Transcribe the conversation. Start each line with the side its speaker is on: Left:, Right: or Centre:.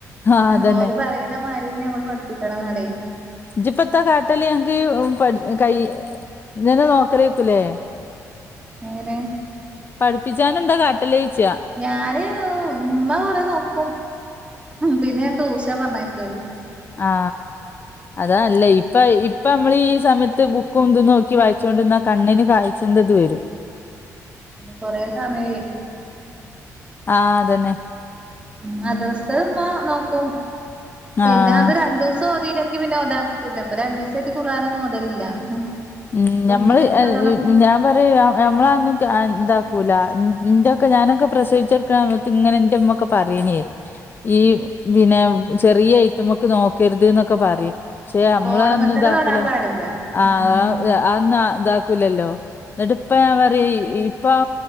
Left: ആഹ് അതന്നെ
Right: പറയണ ഓൽ പറയണ മാതിരി തന്നേ നമ്മൾ പഠിപ്പിക്കാണെന്നു പറയെ
Left: ഇജിപ്പത്തെ കാട്ടല്, അനക്ക് കൈ ഇങ്ങനെ നോക്കലേക്കൂലേ?
Right: എങ്ങനെ?
Left: പഠിപ്പിച്ചാന എന്താ കാട്ടല് ചോദിച്ച?
Right: ഞാന് ഉമ്മ കൊറേ നോക്കും. പിന്നെ ട്യൂഷൻ പറഞ്ഞയാക്കാണ്.
Left: ആ, അതാ നല്ലത് ഇപ്പൊ ഇപ്പ നമ്മൾ ഈ സമയത്ത് ബുക്കുംന്തന്ന് നോക്കി വായിച്ചുകൊണ്ടിന്നാൽ കണ്ണിന് കാഴ്ച്ച ന്റെ ഇത് വരും.
Right: കൊറേ സമയായി.
Left: ആ, അതന്നെ.
Right: മദ്രസ്ത്തെ ഉമ്മ നോക്കും. പിന്നെ
Left: ആഹ്
Right: അത് രണ്ടു ദിവസം സോതില്ലെങ്കി പിന്നെ ഒതാൻ കിട്ടൂല്ല ഇപ്പൊ രണ്ട് ദിവസമായിട്ട് കുറാനൊന്നും ഓതലില്ല
Left: ഉം
Right: ഇനിയിപ്പോ
Left: ഞമ്മള്
Right: ഇന്ന് മെനക്കെടണം
Left: ഞാൻ പറയ ആഹ് നമ്മളൊന്നും ഇതാക്കൂല ഇന്റെക്കെ ഞാനൊക്കെ പ്രസവിച്ചെടുക്കണ സമയത്ത് ഇങ്ങനെ എൻ്റമ്മ പറയന് ഈ പിന്നെ ചെറിയ ഐറ്റമ്മക്ക് നോ കരുത് എന്നൊക്കെ പറയും പക്ഷെ നമ്മള
Right: ഫോണുമ്മത്തന്നെ
Left: അതൊന്നും ഇതാക്കൂല
Right: തൊടാൻ പാടില്ല
Left: ആഹ്
Right: ഉം
Left: അന്ന ഇതാക്കൂലല്ലോ ന്നിട്ട് ഇപ്പ ഞാൻ പറയും ഈ ഇപ്പ